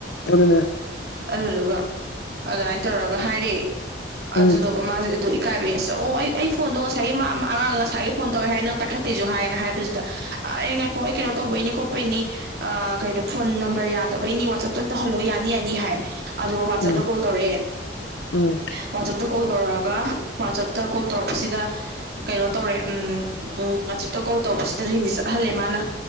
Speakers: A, on the left; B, on the right.
A: ꯑꯗꯨ ꯑꯗꯨꯅꯦ
B: ꯑꯗꯨꯗꯨꯒ ꯑꯗꯨꯃꯥꯏꯅ ꯇꯧꯔꯒ ꯍꯥꯏꯔꯛꯑꯦ ꯑꯗꯨꯗꯨꯒ
A: ꯎꯝ
B: ꯃꯥꯁꯦ ꯑꯗꯨ ꯀꯥꯏꯕꯩꯌꯦꯁ ꯑꯣ ꯑꯩ ꯐꯣꯟꯗꯣ ꯉꯁꯥꯏꯒꯤ ꯃꯥ ꯑꯃ ꯑꯉꯥꯡ ꯉꯁꯥꯏꯒꯤ ꯐꯣꯟ ꯇꯧꯋꯦ ꯍꯥꯏꯅ ꯅꯪ ꯄꯥꯏꯈꯠꯇꯦꯁꯨ ꯍꯥꯏꯅ ꯍꯥꯏꯕꯁꯤꯗ ꯑ ꯑ ꯉꯈꯣꯏꯣꯏ ꯀꯩꯅꯣ ꯇꯧꯕꯩꯅꯤ ꯈꯣꯠꯄꯩꯅꯤ ꯑ ꯀꯩꯅꯣ ꯐꯣꯟ ꯅꯝꯕꯔ ꯌꯥꯗꯕꯩꯅꯤ ꯋꯥꯠꯆꯞꯇꯅ ꯇꯧꯍꯜꯂꯣ ꯌꯥꯅꯤ ꯌꯥꯅꯤ ꯍꯥꯏ ꯑꯗꯣ ꯋꯥꯆꯞꯇ
A: ꯎꯝ
B: ꯀꯣꯜ ꯇꯧꯔꯛꯑꯦ
A: ꯎꯝ ꯎꯝ
B: ꯋꯥꯆꯞꯇ ꯀꯣꯜ ꯇꯧꯔꯛꯑꯒ ꯋꯥꯆꯞꯇ ꯀꯣꯜ ꯇꯧꯔꯛꯄꯁꯤꯗ ꯀꯩꯅꯣ ꯇꯧꯔꯦ ꯎꯝ ꯎꯝ ꯋꯥꯆꯦꯞꯇ ꯀꯣꯜ ꯇꯧꯕꯁꯤꯗ ꯔꯤꯡꯁꯦ ꯆꯠꯍꯜꯂꯦ ꯃꯥꯅ